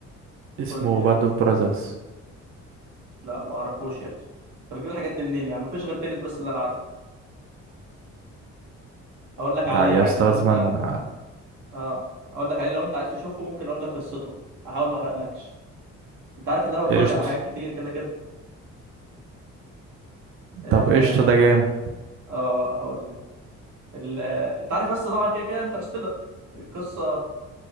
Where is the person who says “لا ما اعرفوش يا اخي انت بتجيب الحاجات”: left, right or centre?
Right